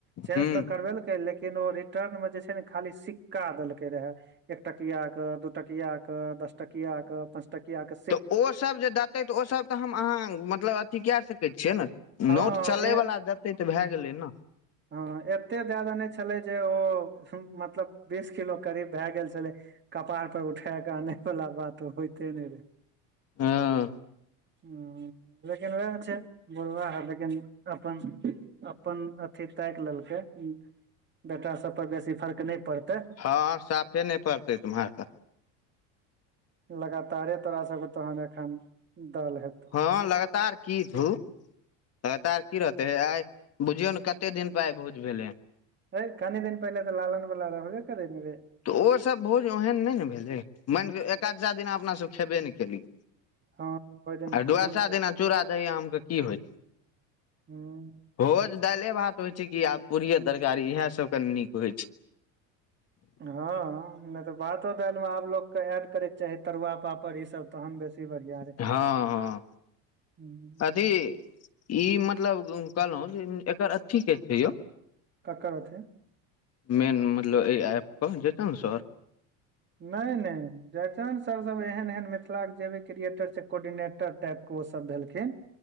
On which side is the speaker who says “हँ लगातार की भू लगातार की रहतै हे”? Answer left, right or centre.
Left